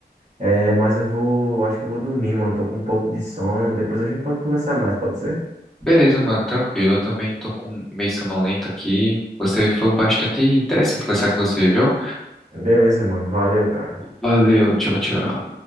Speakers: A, on the right (about 45°); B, in the centre.
A: É, mas eu vou, acho que eu vou dormir, mano. Tô com um pouco de sono. Depois a gente pode conversar mais, pode ser?
B: Beleza, mano, tranquilo. Eu também tô com meio sonolento aqui. Você foi um bastante interessante conversar com você, viu?
A: Beleza, mano. Valeu, cara.
B: Valeu, tchau, tchau.